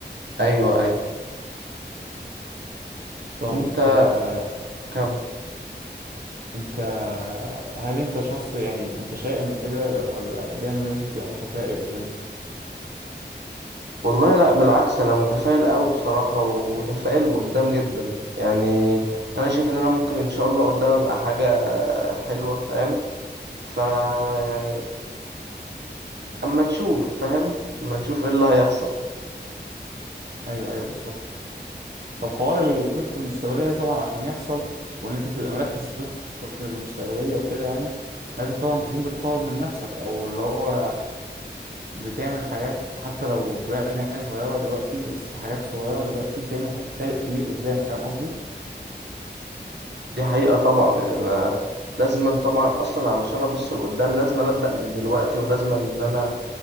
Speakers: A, on the right (about 70°); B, on the right (about 55°).
A: ايوه ايوه
B: طب
A: انت
B: آه،
A: كم
B: انت هل انت شخص يعني متشائم وكده ولا دايما لازم تبقى متفائل وكده
A: والله لا بالعكس انا متفائل قوي بصراحة ومتفائل بقدام جدا يعني انا شايف ان انا ممكن ان شاء الله قدام ابقى حاجة حلوة فاهم فيعني اما نشوف فاهم اما نشوف ايه اللي هيحصل
B: ايوه ايوه بالظبط طب حوار الخطط المستقبلية ده طبعا عشان يحصل وإن أنت تبقى مركز في خططك المستقبلية وكده يعني لازم طبعا تكون بتطور من نفسك أو اللي هو بتعمل حاجات حتى لو تبان إن هي صغيرة دلوقتي بس حاجات صغيرة دلوقتي بتعمل فارق كبير قدام فاهم قصدي؟
A: دي حقيقة طبعا يعني أنا لازما طبعا أصلا علشان أبص لقدام لازما أبدأ من دلوقتي ولازما إن أنا